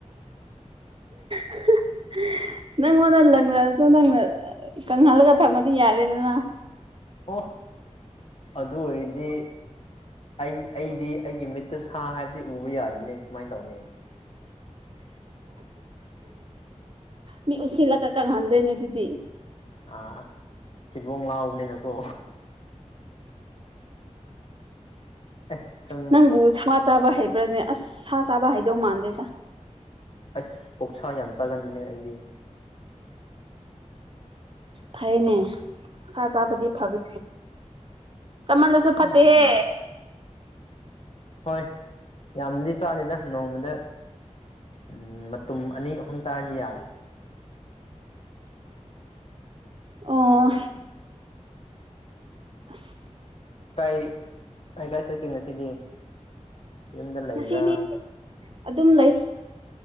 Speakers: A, on the right (about 45°); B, on the left (about 50°).
A: <unintelligible> ꯅꯪꯉꯣꯟꯗ ꯂꯪꯅꯁꯨ ꯅꯪꯅ ꯀꯪꯍꯜꯂꯒ ꯊꯝꯃꯗꯤ ꯌꯥꯔꯦꯗꯅ
B: ꯑꯣ ꯑꯗꯨ ꯑꯣꯏꯔꯗꯤ ꯑꯩ ꯑꯩꯗꯤ ꯑꯩꯒꯤ ꯃꯤꯠꯇ ꯁꯥ ꯍꯥꯏꯕꯁꯤ ꯎꯕ ꯌꯥꯗꯦꯅꯦ ꯀꯃꯥꯏꯅ ꯇꯧꯅꯤ
A: ꯃꯤ ꯎꯁꯤꯠꯂꯒ ꯀꯪꯍꯟꯗꫭꯏꯅꯦ ꯑꯗꯨꯗꯤ
B: ꯑꯥ ꯊꯤꯕꯣꯡ ꯂꯥꯎꯕꯅꯤꯅꯀꯣ ꯑꯁ ꯁꯨꯝ
A: ꯅꯪꯕꯨꯁ ꯆꯥꯕ ꯍꯩꯕ꯭ꯔꯥꯗꯤ ꯑꯁ ꯁꯥ ꯆꯥꯕ ꯍꯩꯗꯧ ꯃꯥꯟꯗꯦꯗ
B: ꯑꯁ ꯑꯣꯛꯁꯥ ꯌꯥꯝ ꯆꯥꯒꯟꯕꯅꯦ ꯑꯩꯗꯤ
A: ꯐꯔꯦꯅꯦ ꯁꯥ ꯆꯥꯕꯨꯗꯤ ꯐꯕ ꯆꯃꯜꯂꯁꯨ ꯐꯠꯇꯦꯍꯦ
B: ꯎꯝ ꯍꯣꯏ ꯌꯥꯝꯅꯗꯤ ꯆꯥꯗꯦꯗ ꯅꯣꯡꯃꯗ ꯎꯝ ꯃꯇꯨꯝ ꯑꯅꯤ ꯑꯍꯨꯝ ꯆꯥꯔꯗꯤ ꯌꯥꯔꯦ
A: ꯑꯣ ꯑꯁ
B: ꯀꯥꯏ ꯀꯥꯏ ꯀꯥꯏ ꯆꯠꯀꯦ ꯉꯁꯤꯗꯤ ꯌꯨꯝꯗ ꯂꯩꯕ꯭ꯔꯥ
A: ꯉꯁꯤꯗꯤ ꯑꯗꯨꯝ ꯂꯩ